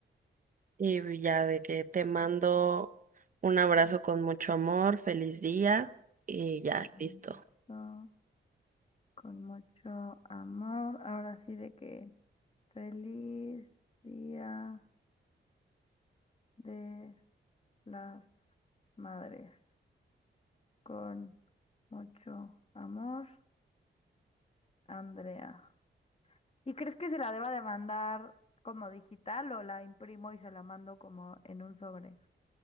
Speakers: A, on the right; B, on the left.
A: Y ya de que te mando un abrazo con mucho amor, feliz día y ya,
B: con, mucho-
A: listo.
B: con mucho amor. Ahora sí de que feliz día de las madres, con mucho amor, Andrea. ¿Y crees que se la deba de mandar como digital o la imprimo y se la mando como en un sobre?